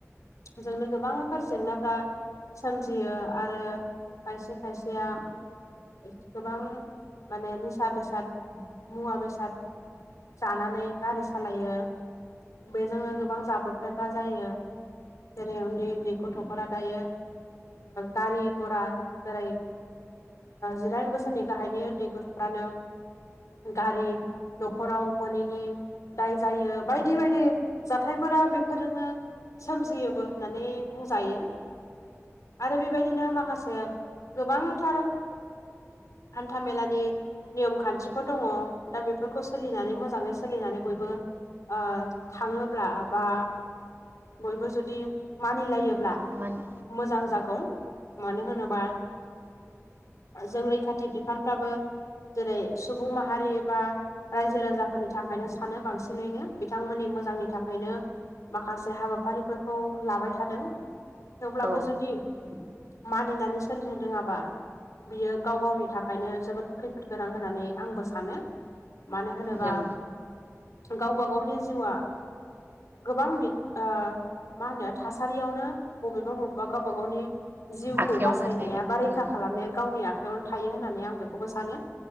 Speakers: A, on the left (about 80°); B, on the right (about 45°).
A: जोंनो गोबांफोरा जेंनाफ्रा सोमजियो आरो खायसे खायसेया गोबां माने निसा बेसाद मुवा बेसाद जानानै गारि सालायो बेजोंनो गोबां जाब्रबथायफ्रा जायो। जेरै उन्दै उन्दै गथ'फोरा दायो गारि घरा जेरै जिदाइन बोसोरनि गाहायनि गथ'फ्रानो गारि न'खराव मोनैनि दाय जायो बायदि बायदि जाथायफोरा बेफोरजोंनो सोमजियोबो होननानै बुंजायो। आरो बेबायदिनो माखासे गोबांथार हान्था मेलानि नियम खान्थिफोर दङ दा बेफोरखौ सोलिनानै मोजाङै सोलिनानै बयबो ओ थाङोब्ला बा बयबो जुदि मानिलायोब्ला
B: मानि
A: मोजां जागोन मानो होनोबा जों रैखाथि बिफानफ्राबो जेरै सुबुं माहारि एबा रायजो राजाफोरनि थाखायनो सानो बांसिनैनो बिथांमोननि मोजांनि थाखायनो माखासे हाबाफारिफोरखौ लाबाय थादों थेवब्लाबो
B: औ
A: जुदि मानिनानै सोलिनो रोङाबा बियो गाव गावनि थाखाय थाखायनो जोबोद खैफोद गोनां होननानै आंबो सानो। मानो होनोबा
B: नों
A: गावबा गावनि जिउआ गोबां बि मा होनो थासारियावनो बबेबा बबेबा गावबा गावनि जिउखौ
B: आखायावनो
A: बासायनाया
B: थायो
A: बा रैखा
B: उम
A: खालामनाया गावनि आखायावनो थायो होननानै आं बेखौबो सानो।